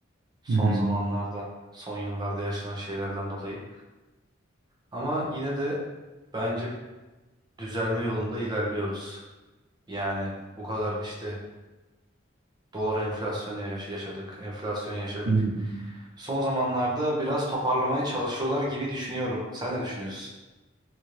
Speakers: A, on the right; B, on the right.
A: Son
B: Hı hı,
A: zamanlarda, son yıllarda yaşanan şeylerden dolayı. Ama yine de bence bir düzelme yolunda ilerliyoruz. Yani bu kadar işte dolar enflasyonu yaş- yaşadık, enflasyon yaşadık.
B: hı hı.
A: Son zamanlarda biraz toparlamaya çalışıyorlar gibi düşünüyorum. Sen ne düşünüyorsun?